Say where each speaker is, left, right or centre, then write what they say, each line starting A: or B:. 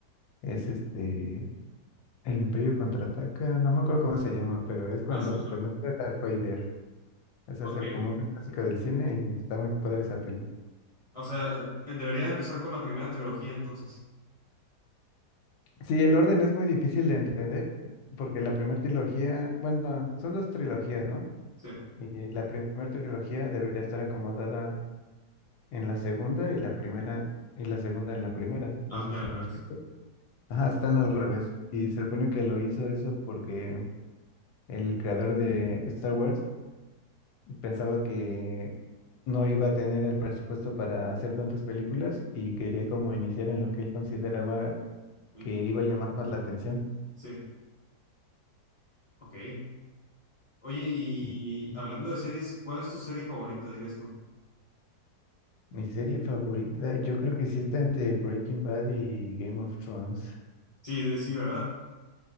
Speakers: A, on the left (about 75°); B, on the left (about 50°).
A: es este, El Imperio Contraataca, no me acuerdo cómo se llama, pero es cuando,
B: Así me suena.
A: pues no está Darth Vader. Esa
B: Ok.
A: es como una clásica del cine y está muy padre esa peli.
B: O sea, eh, debería de empezar con la primera trilogía entonces.
A: Sí, el orden es muy difícil de entender, porque la primera trilogía, bueno, son dos trilogías, ¿no?
B: Sí.
A: Y la primera trilogía debería estar acomodada en la segunda y la primera, y la segunda en la primera. No
B: Aunque
A: sé si
B: al revés.
A: me explico. Ajá, están al revés. Y se supone que lo hizo eso porque el creador de Star Wars pensaba que no iba a tener el presupuesto para hacer tantas películas y quería como iniciar en lo que él consideraba
B: El
A: que
B: pi-
A: iba a llamar más la atención.
B: Sí. Ok. Oye, y
A: Y Ujú.
B: hablando de series, ¿cuál es tu serie favorita, dirías tú?
A: mi serie favorita, yo creo que sí está entre Breaking Bad y Game of Thrones.
B: Sí, de- sí, ¿verdad?